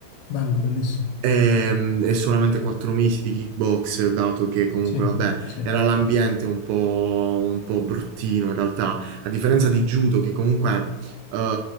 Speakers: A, on the left; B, on the right.
A: Bello, bellissimo.
B: Ehm, E, solamente quattro mesi di kickbox, dato che comunque,
A: Sì,
B: vabbè,
A: sì.
B: era l'ambiente un po', un po' bruttino in realtà, a differenza di judo, che comunque eh,